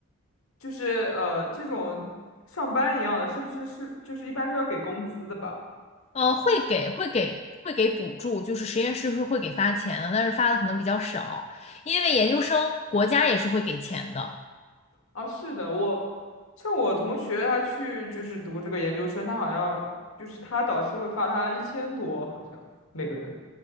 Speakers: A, on the left; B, on the left.
A: 就是呃这种上班一样的，是不是是就是一般是要给工资的吧？
B: 呃，会给会给会给补助，就是实验室是会给发钱的，但是发的可能比较少，因为研究生国家也是会给钱的。
A: 啊，是的，我像我同学他去就是读这个研究生，他好像就是他导师会发他一千多，好像每个月。